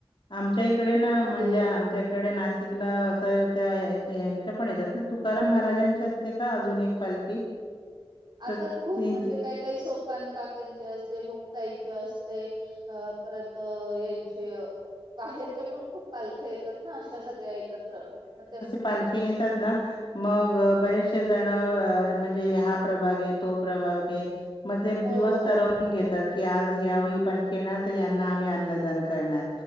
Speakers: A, on the left; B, on the right.
A: आमच्या इकडे ना,
B: आणि
A: म्हणजे आमच्या कडे नाशिकला असं त्या यांच्या पण येतात, तुकाराम महाराजांची असते का अजून एक पालखी.
B: आता
A: तर
B: खूप
A: ती
B: म्हणजे काय काय सोपान काकांची असते, मुक्ताईची असते. अ परत यांच्या, बाहेरच्या पण खूप पालख्या येतात. ना अशा सगळ्या एकत्र, मग त्या
A: पालख्या येतात ना मग बरेचसे जण म्हणजे हा प्रभाग आहे, तो प्रभाग आहे. मग ते
B: हो
A: दिवस
B: हो
A: ठरव वून घेतात की, आज यावेळी पालखी येणार, तर यांना आम्ही अन्नदान करणार.